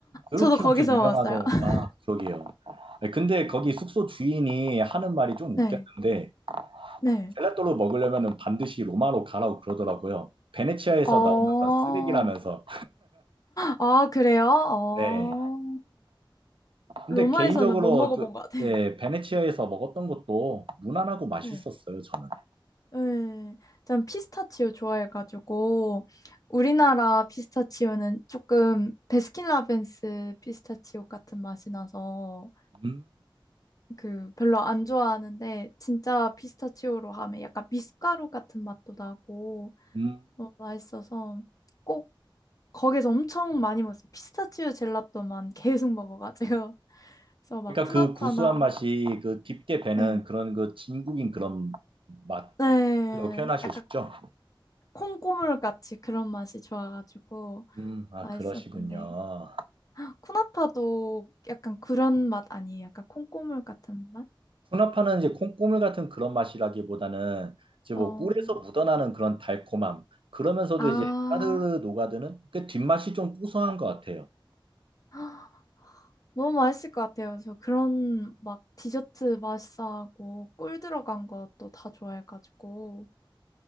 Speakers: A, on the right (about 75°); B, on the left (about 40°).
A: 그렇게
B: 저도 거기서
A: 엄청 유명하더.
B: 먹었어요. <laughs>
A: 아, 그러게요. 네, 근데 거기 숙소 주인이 하는 말이 좀
B: 네,
A: 웃겼는데
B: 네.
A: 젤라또로 먹으려면 반드시 로마로 가라고 그러더라고요. 베네치아에서
B: 어,
A: 나오는 건 쓰레기라면서.
B: 아, 그래요? 어,
A: 네. 근데
B: 로마에서는
A: 개인적으로
B: 못 먹어본
A: 그,
B: 것 같아요.
A: 예, 베네치아에서 먹었던 것도 무난하고 맛있었어요,
B: 네.
A: 저는.
B: 네, 전 피스타치오 좋아해가지고 우리나라 피스타치오는 조금 베스킨라빈스 피스타치오 같은 맛이 나서
A: 음,
B: 그 별로 안 좋아하는데 진짜 피스타치오로 하면 약간 미숫가루 같은 맛도 나고
A: 음.
B: 너무 맛있어서 꼭 거기서 엄청 많이 먹었어요. 피스타치오 젤라또만 계속 먹어가지고 <laughs> 그래서 막
A: 그러니까
B: 푸나파나
A: 그 구수한 맛이 그 깊게 배는
B: 네.
A: 그런 그 진국인 그런 맛이라고
B: 네,
A: 표현하시고
B: 약간
A: 싶죠?
B: 콩고물 같이 그런 맛이 좋아가지고
A: 음, 아,
B: 맛있었는데
A: 그러시군요.
B: 쿠나타도 약간 그런 맛 아니에요? 약간 콩고물 같은 맛?
A: 쿠나파는 이제 콩고물 같은 그런 맛이라기보다는 이제 뭐
B: 어,
A: 꿀에서 묻어나는 그런 달콤함. 그러면서도
B: 아,
A: 이제 따르르 녹아드는 그 뒷맛이 좀 구수한 것 같아요.
B: <gasps> 너무 맛있을 것 같아요. 저 그런 막 디저트 맛있어하고 꿀 들어간 것도 다 좋아해가지고